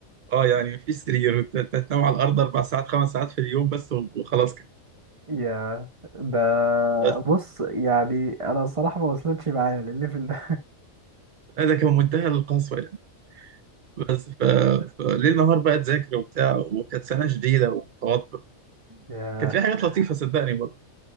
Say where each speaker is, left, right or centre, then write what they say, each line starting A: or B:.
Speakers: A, on the right; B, on the right.
A: اه يعني في سرير وت- تنام على الارض اربع ساعات خمس ساعات في اليوم بس وخلاص كده
B: يا ده
A: بس
B: بص يعني انا الصراحة ما وصلتش معايا للليفل ده
A: لا ده كان منتهى القسوه يعني بس ف... فليل نهار بقى تذاكر وبتاع وكانت سنه شديده وتوتر
B: <laughs> يا
A: كانت في حاجات لطيفه صدقني برضه